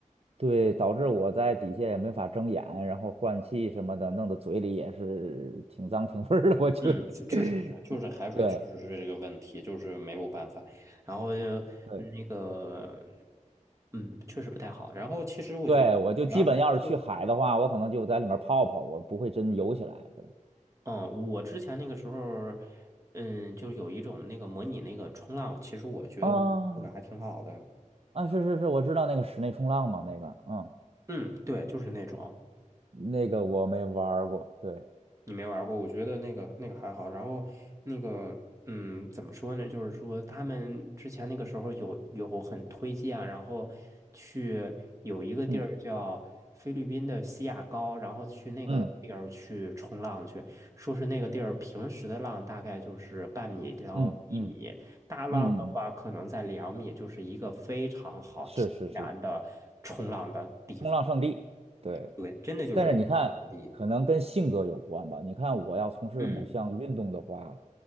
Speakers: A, on the right; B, on the right.
A: 对，导致我在底下也没法睁眼，然后换气什么的，弄得嘴里也是挺脏挺味儿的。我就，
B: 嗯，确确实是，
A: <laughs>
B: 就是海水确实是这个问题，
A: 对
B: 就是没有办法。然后就那个，
A: 对
B: 嗯，确实不太好。然后其实我觉得，
A: 对，我就基本要是去海的话，
B: 你要是去，
A: 我可能就在里面泡泡，我不会真游起来的。
B: 嗯，我之前那个时候，嗯，就是有一种那个模拟那个冲浪，其实我觉得我那个还挺好的。
A: 啊啊，是是是，我知道那个室内冲浪嘛，那个，嗯，
B: 嗯，对，就是那种
A: 那个我没玩儿过。对，
B: 你没玩过，我觉得那个那个还好。然后那个，嗯，怎么说呢？就是说他们之前那个时候有有很推荐，然后去有一个地儿叫菲律宾的西亚高，
A: 嗯
B: 然后去那个地儿去冲浪去，
A: 嗯
B: 说是那个地儿平时的浪大概就是半米到一米，
A: 嗯嗯
B: 大浪的话可能在两米，
A: 嗯嗯，嗯，
B: 就是一个非常好天然的冲浪的地方。
A: 是是是，冲浪圣地。对。
B: 对，真的就是冲浪圣地。
A: 但是你看，可能跟性格有关吧。你看，我要从事某项运动的话，
B: 嗯。